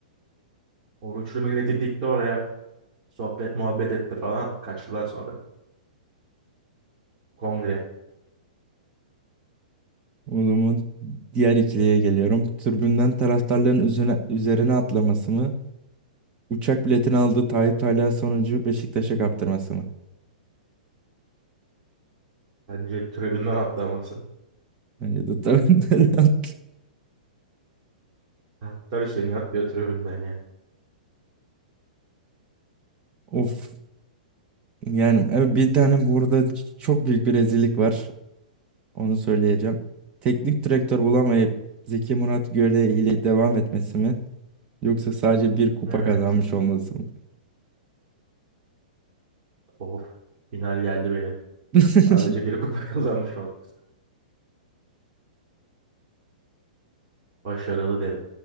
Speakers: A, on the right; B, on the right.
A: Oruçlu milleti dikti oraya. Sohbet muhabbet etti falan. Kaçtılar sonra. Kongre.
B: O zaman diğer ikiliye geliyorum. Tribünden taraftarların üzerine, üzerine atlaması mı? Uçak biletini aldığı Tayyip Talha sonucu Beşiktaş'a kaptırması mı?
A: Bence tribünden atlaması.
B: Bence de taraftarı <laughs> haklı.
A: Taraftar Hüseyin'i atlıyor tribünden ya.
B: Of. Yani evet, bir tane burada ç- çok büyük bir rezillik var. Onu söyleyeceğim. Teknik direktör bulamayıp Zeki Murat Göle ile devam etmesi mi? Yoksa sadece bir kupa
A: Evet.
B: kazanmış olması mı?
A: Of final geldi benim.
B: <laughs>
A: Sadece bir kupa <laughs> kazanmış olması. Başarılı derim.